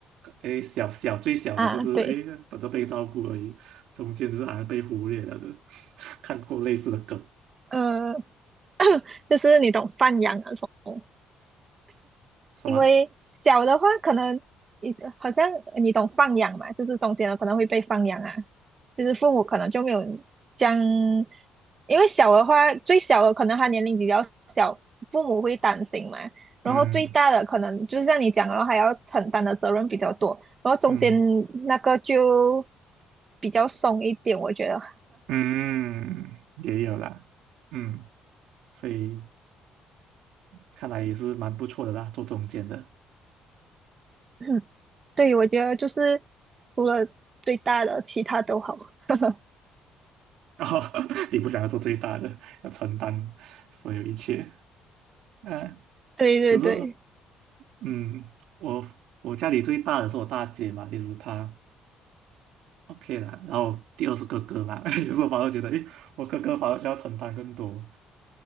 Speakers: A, on the right; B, on the right.
A: 诶，小小最小的就是诶等着被照顾而已，
B: 啊，对，
A: 中间就是好像被忽略了的，<laughs> 看过类似的梗，
B: 呃，<coughs> <clears throat> 就是你懂放养啊什么。
A: 什么？
B: 因为小的话可能你好像你懂放养嘛，就是中间的可能会被放养啊，就是父母可能就没有将，因为小的话最小的可能他年龄比较小，父母会担心嘛，然后最大的可能就是像你讲的，
A: 嗯
B: 然后还要承担的责任比较多，然后中间
A: 嗯
B: 那个就比较松一点，我觉得，
A: 嗯，也有啦，嗯，所以看来也是蛮不错的啦，做中间的。
B: <coughs> <clears throat> 对，我觉得就是除了最大的，其他都好。<laughs>
A: 然后 <laughs> 你不想要做最大的，要承担所有一切啊。
B: 对对对，
A: 可是，嗯，我我家里最大的是我大姐嘛，其是她 OK 啦。然后第二是哥哥嘛，<laughs> 有时候反而觉得，诶，我哥哥反而需要承担更多，